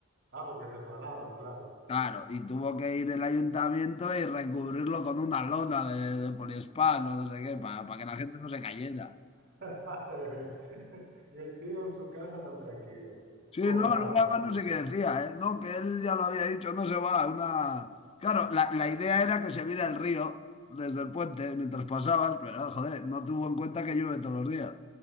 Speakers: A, on the right (about 65°); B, on the left (about 30°).
A: Ah, porque resbalaban, claro.
B: Claro, y tuvo que ir el ayuntamiento y recubrirlo con una lona de, de poliespán o no sé qué, para que la gente no se cayera.
A: <laughs> Madre mía. Y el tío en su casa tan tranquilo,
B: Sí,
A: cobrado,
B: no, Luna
A: eso
B: más
A: sí.
B: no sé qué decía, ¿eh? No, que él ya lo había dicho, no se va, una... Claro, la, la idea era que se viera el río desde el puente mientras pasabas, pero joder, no tuvo en cuenta que llueve todos los días.